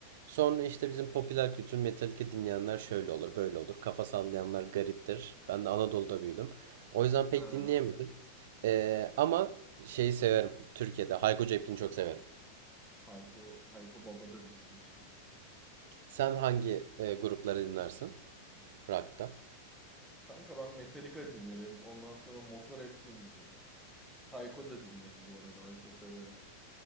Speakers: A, on the right (about 55°); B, in the centre.
A: Sonra işte bizim popüler kültür Metallica dinleyenler şöyle olur, böyle olur. Kafa sallayanlar gariptir. Ben de Anadolu'da büyüdüm. O yüzden pek
B: Ha,
A: dinleyemedim. Ee, ama şeyi severim. Türkiye'de Hayko Cepkin'i çok severim.
B: Hayko, Hayko babadır bizim için.
A: Sen hangi e, grupları dinlersin? Rock'ta.
B: Kanka ben Metallica dinlerim. Ondan sonra Motorhead dinlerim. Hayko da dinlerim bu arada. Hayko severim.